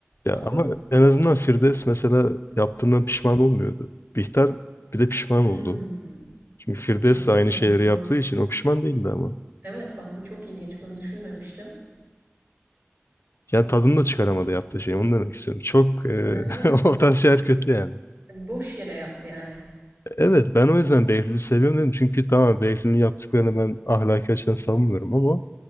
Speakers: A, on the left; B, on the right.
A: Ya
B: Asıl
A: ama en azından Firdevs mesela yaptığından pişman olmuyordu. Bihter bir de pişman
B: Hımm.
A: oldu. Çünkü Firdevs
B: Bak,
A: de aynı
B: burası
A: şeyleri yaptığı
B: doğru.
A: için o pişman değildi ama.
B: Evet, bak bu çok ilginç. Bunu düşünmemiştim.
A: Yani tadını da çıkaramadı yaptığı şey. Onu demek istiyorum. Çok eee
B: Evet, evet.
A: <laughs> o tarz şeyler kötü yani.
B: E, boş yere yaptı yani.
A: Evet ben o yüzden Behlül'ü seviyorum dedim. Çünkü tamam Behlül'ün yaptıklarını ben ahlaki açıdan savunmuyorum ama